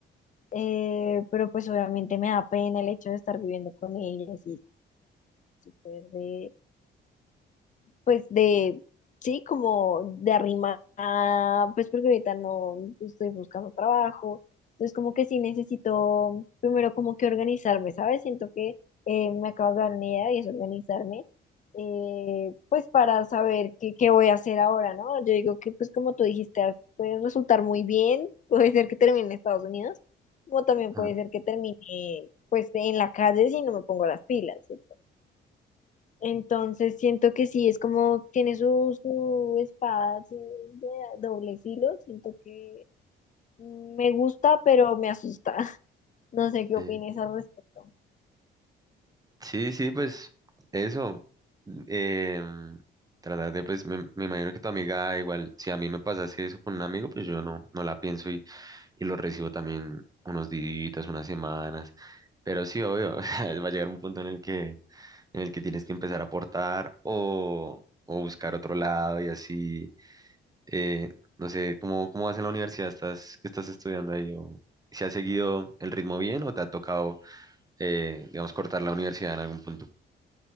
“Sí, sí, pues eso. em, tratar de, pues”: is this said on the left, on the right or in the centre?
Right